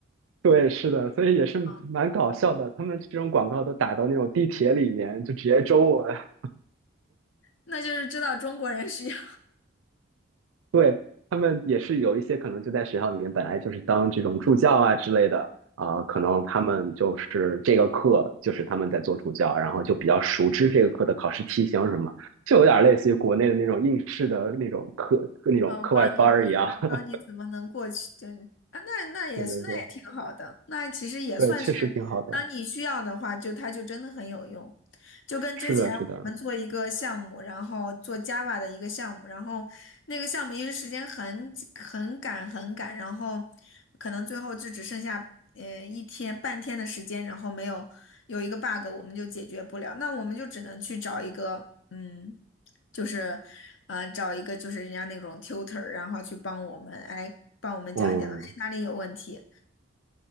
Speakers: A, on the right (about 80°); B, on the left (about 70°).
A: 对，是的，所以也是蛮搞笑的。
B: 嗯，
A: 他们这种广告都打到那种地铁里面，就直接中文。<laughs>
B: 那就是知道中国人是要
A: 对，他们也是有一些可能就在学校里面，本来就是当这种助教啊之类的啊、可能他们就是这个课就是他们在做助教，然后就比较熟知这个课的考试题型什么，就有点类似于国内的那种应试的那种课那种课外班儿一样。
B: 嗯，帮你就是帮你怎么能过去？
A: <laughs>
B: 对啊，那那也是那也挺好的，
A: 对对对
B: 那其实也算是，
A: 对，确实挺好的。
B: 当你需要的话，就它就真的很有用。就跟之前我们做一个项目，
A: 是的，是的，
B: 然后做 Java 的一个项目，然后那个项目因为时间很很赶很赶，然后可能最后就只剩下呃一天半天的时间，然后没有有一个 bug，我们就解决不了，那我们就只能去找一个嗯。就是，呃，找一个就是人家那种 tutor，然后去帮我们，哎，帮我们讲一讲，
A: 嗯。
B: 哎，哪里有问题？